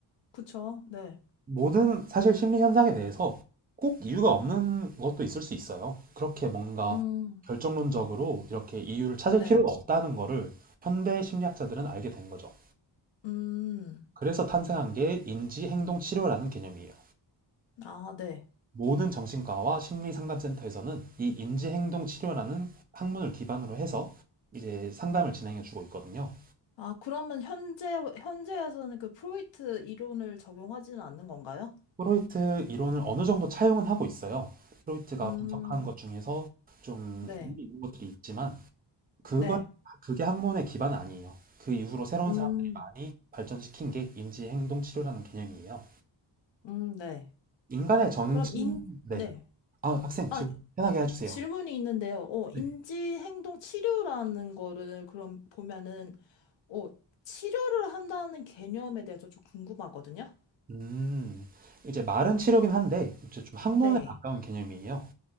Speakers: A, on the left; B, on the right.
A: 그쵸? 네.
B: 모든 사실 심리 현상에 대해서 꼭 이유가 없는 것도 있을 수 있어요. 그렇게 뭔가
A: 음,
B: 결정론적으로 이렇게 이유를 찾을
A: 네.
B: 필요가 없다는 거를 현대 심리학자들은 알게 된 거죠.
A: 음,
B: 그래서 탄생한 게 인지 행동 치료라는 개념이에요.
A: 아, 네.
B: 모든 정신과와 심리 상담센터에서는 이 인지 행동 치료라는 학문을 기반으로 해서 이제 상담을 진행해 주고 있거든요.
A: 아, 그러면 현재, 현재에서는 그 프로이트 이론을 적용하지는 않는 건가요?
B: 프로이트 이론을 어느 정도 차용은 하고 있어요. 프로이트가
A: 음,
B: 분석한 것 중에서 좀
A: 네.
B: 의미 있는 것들이 있지만 그걸
A: 네.
B: 그게 학문의 기반은 아니에요. 그 이후로 새로운
A: 음,
B: 사람들이 많이 발전시킨 게 인지 행동 치료라는 개념이에요.
A: 음, 네.
B: 인간의 정신,
A: 그럼 인,
B: 네.
A: 네.
B: 아, 학생
A: 아,
B: 지금 편하게 해주세요.
A: 질문이 있는데요. 어, 인지행동
B: 네.
A: 치료라는 거를 그럼 보면은, 어, 치료를 한다는 개념에 대해서 좀 궁금하거든요?
B: 음, 이제 말은 치료긴 한데 이제 좀 학문에
A: 네.
B: 가까운 개념이에요.